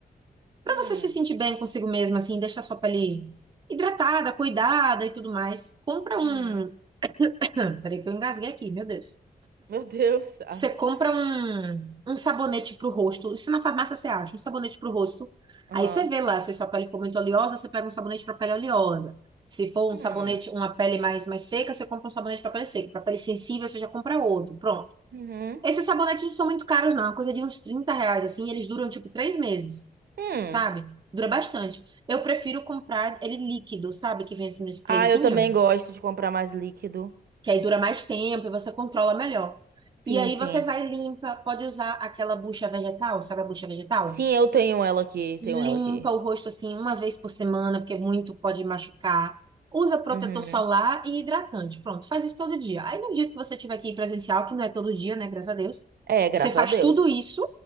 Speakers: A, on the right; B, on the right.
A: para
B: Hum,
A: você se sentir bem consigo mesmo, assim, deixar a sua pele hidratada, cuidada e tudo mais. Compra um.
B: uhum.
A: Peraí que eu engasguei aqui, meu Deus.
B: Meu <laughs> Deus. as-
A: Você compra um, um sabonete pro rosto. Isso na farmácia você acha, um sabonete pro rosto.
B: Aham.
A: Aí você vê lá, se sua pele for muito oleosa, você pega um sabonete para pele oleosa. Se for
B: Hum,
A: um sabonete, uma pele mais, mais seca, você compra um sabonete para pele seca. Para pele sensível, você já compra outro. Pronto.
B: uhum.
A: Esses sabonetes não são muito caros, não. É uma coisa de uns 30 reais, assim. e Eles duram, tipo, três meses,
B: Hum.
A: sabe? Dura bastante. Eu prefiro comprar ele líquido, sabe? Que vem assim no sprayzinho
B: Ah, eu também gosto de comprar mais líquido.
A: que aí dura mais tempo e você controla melhor.
B: Sim,
A: E aí
B: sim.
A: você vai limpa, pode usar aquela bucha vegetal, sabe a bucha vegetal?
B: Sim, eu tenho ela aqui,
A: Limpa
B: tenho ela aqui.
A: o rosto assim uma vez por semana, porque muito pode machucar. Usa protetor
B: Uhum.
A: solar e hidratante. Pronto, faz isso todo dia. Aí nos dias que você tiver que ir presencial, que não é todo dia, né, graças a Deus,
B: É, graças
A: você faz
B: a Deus.
A: tudo isso